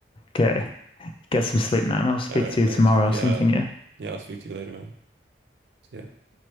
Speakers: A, on the left (about 30°); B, on the right (about 65°).
A: Okay. Get some sleep, man.
B: <laughs>
A: I'll speak
B: All right,
A: to
B: thanks.
A: you tomorrow
B: Yeah,
A: or something, yeah.
B: yeah, I'll speak to you later, man. See ya.